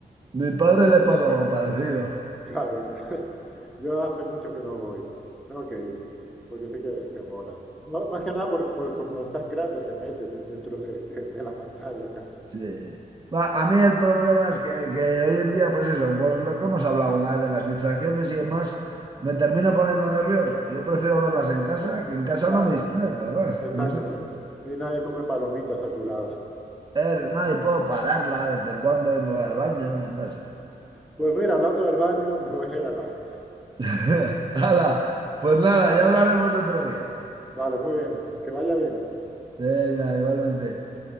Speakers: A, on the right; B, in the centre.
A: mi padre le pasa algo parecido.
B: Claro, <laughs> yo hace mucho que no voy. Tengo que ir, porque sí que, que mola. Má- Más que nada, por, por como es tan grande, te metes dentro de, de- de la pantalla casi.
A: Sí. Va, a mí el problema es que, que hoy en día, pues eso, por lo que hemos hablado alguna vez de las distracciones y demás, me termino poniendo nervioso. Yo prefiero verlas en casa, que en casa
B: Claro,
A: no me distraigo, además.
B: exactamente.
A: No sé.
B: Y nadie come palomitas a tu lado.
A: Eh, no, y puedo pararla de vez en cuando y me voy al baño, y no sé.
B: Pues mira, hablando del baño, me voy a ir al baño.
A: <laughs> Hala, pues nada, ya hablaremos otro día.
B: Vale, muy bien. Que vaya bien.
A: Venga, igualmente.